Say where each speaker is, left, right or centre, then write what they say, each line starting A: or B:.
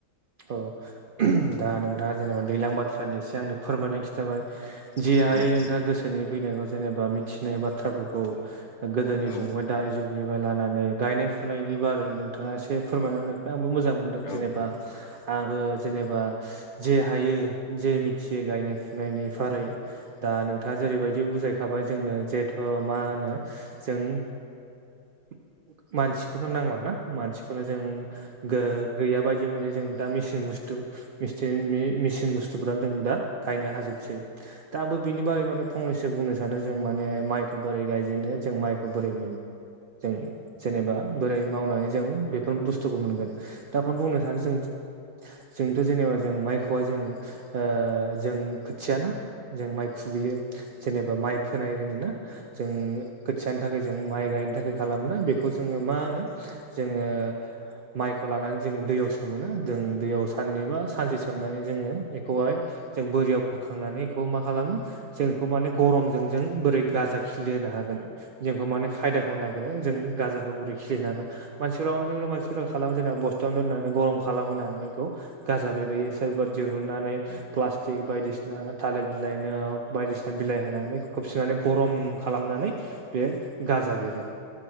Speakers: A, on the right; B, on the left.
A: औ <unintelligible> दा नोंथाङा जेनेबा दैलां बाथ्रानि एसे आंनो फोरमायनानै खिथाबाय जि
B: हागोन
A: हायो नोंथाङा गोसोनि फैनायखौ जेनेबा मिथिनाय बाथ्राफोरखौ गोदोनि
B: औ
A: जुगमोन
B: औ
A: दानि जुगनिफ्राय लानानै गायनाय फुनायनि बारै नोंथाङा एसे फोरमायना होनायखाय आंबो मोजां मोन्दों
B: औ उम औ
A: जेनेबा आबो जेनेबा जे हायो जे मिथियो गायनाय फुनायनि फारै दा नोंथाङा जेरैबायदि बुजायखाबाय जोंनो जेथ' मा होनो जों <inaudible> मानसिखौनो नांलाना मानसिखौनो जों गो गैया बायदि मोनहै जों दा मेचिन बुस्थु मिसिन मि-मेसिन बुस्थुफोरानो जों दा गायनो हाजोबसै‌। दा आंबो बिनि बारै माने फंनैसो बुंनो सानो जों माने माइखौ बोरै गायजेनो जों माइखौ बोरै मोनो। जों जेनेबा बोरै मावनानै जों बेफोर बुस्थुखौ मोनगोन। दा बेखौनो बुंनो सानो जों जोंथ' जेनेबा जों माइखौआ जों ओ जों खोथियाना जों माइ खुबैयो। जेनेबा माइ फोनाय होनोना जों खोथियाानि थाखाय जों माइ गायनो थाखाय खालामोना बेख खौ जोङो मा होनो जोङो माइखौ लानानै जो दैयाव सोमोना जों दैयाव साननै बा सानसे सोमनानै जोङो बेखौहाय जों बोरियाव बोखांनानै बेखौ मा खालामो जों बेखौ माने गरमजों जों बोरै गाजा खिलि होनो हागोन। जोंखौ माने फायदाखौ नागिरो जों गाजाखौ बोरै खिलिनो हागोन मानसिफोराव अनेक अनेक मानसिफोरा खालाम जेनेबा बस्थ थायावनो दोननानै गरम खालाम होनानै बेखौ गाजा बेरहोयो सोरबा दिरुननानै प्लास्टिक बायदिसिना थालिर बिलाइनो बायदिसिना बिलाइ होनानै खोबसिनानै गरम खालामनानै बे गाजा बेरो।